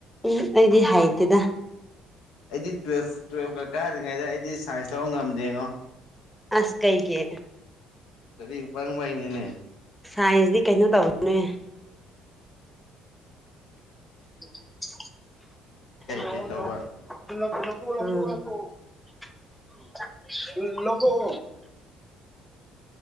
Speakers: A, in the centre; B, on the left.
A: ꯎꯝ ꯑꯩꯗꯤ ꯍꯩꯇꯦꯗ
B: ꯑꯩꯗꯤ ꯇꯨꯌꯦꯜꯐ ꯇꯨꯌꯦꯜꯐꯀꯥ ꯀꯥꯔꯤꯉꯩꯗ ꯑꯩꯗꯤ ꯁꯥꯏꯟꯁ ꯂꯧꯕ ꯉꯝꯗꯦꯉꯣ
A: ꯑꯁ ꯀꯩꯒꯤ
B: ꯂꯥꯏꯔꯤꯛ ꯄꯪꯕꯩꯅꯤꯅꯦ
A: ꯁꯥꯏꯟꯖꯗꯤ ꯀꯩꯅꯣ ꯇꯧꯕꯅꯦ <unintelligible> <unintelligible>
B: ꯀꯩ ꯀꯩ ꯇꯧꯕ
A: ꯂꯧꯊꯣꯛꯑꯣ